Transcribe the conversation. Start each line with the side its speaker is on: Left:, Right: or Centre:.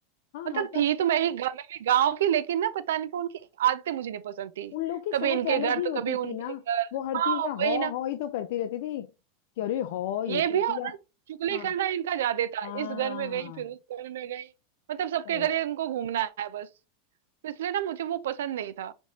Left: हाँ
Right: मतलब
Left: हाँ तब
Right: थी तो मैं ही मैं भी गांव की लेकिन ना पता नहीं क्यों उनकी आदतें मुझे नहीं पसंद थी
Left: उन लोग की
Right: कभी
Left: सोच
Right: इनके
Left: अलग
Right: घर
Left: ही
Right: तो
Left: होती
Right: कभी उनके
Left: थी ना
Right: घर
Left: वो हर
Right: हाँ
Left: चीज में
Right: वही
Left: हौ
Right: ना
Left: हौ ही तो करती रहती थी कि अरे हौ ये
Right: ये
Left: कर
Right: भी
Left: दिया
Right: है और ना चुगली
Left: हाँ।
Right: करना इनका ज्यादा था
Left: हाँ
Right: इस घर में गई फिर उस घर में गई मतलब सबके
Left: सही
Right: घर ये इनको घूमना है बस तो इसलिए ना मुझे वो पसंद नहीं था